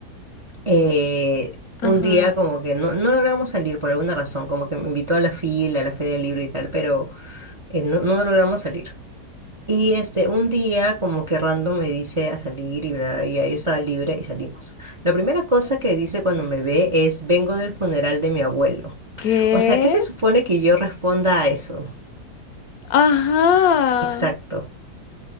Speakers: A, on the right; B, on the left.
A: eh,
B: Ajá.
A: un día como que no, no logramos salir por alguna razón, como que me invitó a la fila, a la feria del libro y tal, pero eh, no, no logramos salir. Y este, un día como que random me dice a salir y bla, bla, y ya yo estaba libre y salimos. La primera cosa que dice cuando me ve es, vengo del funeral de mi abuelo.
B: ¿Qué?
A: O sea, ¿qué se supone que yo responda a eso?
B: Ajá,
A: Exacto,